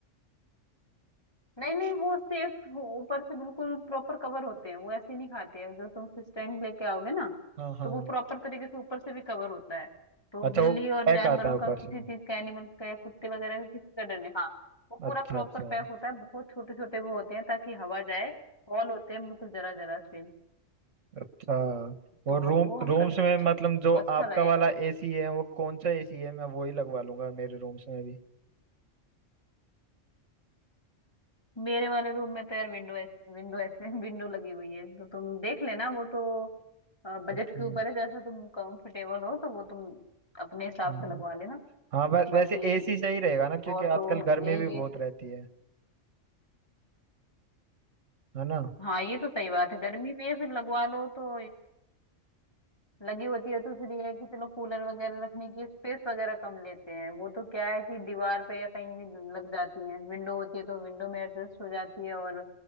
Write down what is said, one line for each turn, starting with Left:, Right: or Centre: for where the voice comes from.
Left: नहीं नहीं वो सेफ ऊपर से बिल्कुल प्रॉपर कवर होते हैं वो ऐसे नहीं खाते हैं जो तुम स्टैंड लेके आओगे ना
Right: हाँ हाँ
Left: तो वो प्रॉपर तरीके से ऊपर से भी कवर होता है तो
Right: अच्छा
Left: बिल्ली
Right: वो
Left: और
Right: पैक
Left: जानवरों
Right: आता है
Left: का
Right: ऊपर
Left: किसी
Right: से
Left: चीज का एनिमल्स का या कुत्ते वगैरह का किसी का डर नहीं हाँ वो पूरा
Right: अच्छा
Left: प्रॉपर
Right: अच्छा
Left: पैक होता है बहुत छोटे छोटे वो होते हैं ताकि हवा जाए हॉल होते हैं बिल्कुल जरा जरा से
Right: अच्छा
Left: तो
Right: और रूम
Left: वो हम
Right: रूम्स
Left: कर सकते
Right: में
Left: हैं
Right: मतलब जो
Left: तो अच्छा
Right: आपका
Left: रहेगा
Right: वाला एसी है वो कौन सा एसी है मैं वही लगवा लूंगा मेरे रूम्स में भी
Left: मेरे वाले रूम में तो यार विंडो ऐसे विंडो ऐसे <laughs> विंडो लगी हुई है तो तुम देख लेना वो तो बजट
Right: अच्छा
Left: के ऊपर है जैसा तुम कंफर्टेबल हो तो वो तुम अपने हिसाब
Right: हाँ
Left: से लगवा लेना
Right: हाँ वै,
Left: बाकी
Right: वैसे एसी सही रहेगा ना क्योंकि
Left: और तो
Right: आजकल गर्मी
Left: यही
Right: भी बहुत
Left: है
Right: रहती है है ना
Left: हाँ ये तो सही बात है गर्मी में फिर लगवा लो तो लगी होती है तो फिर ये है कि चलो कूलर वगैरह रखने की स्पेस वगैरह कम लेते हैं वो तो क्या है कि दीवार पे या कहीं भी लग जाती है विंडो होती है तो विंडो में एडजस्ट हो जाती है और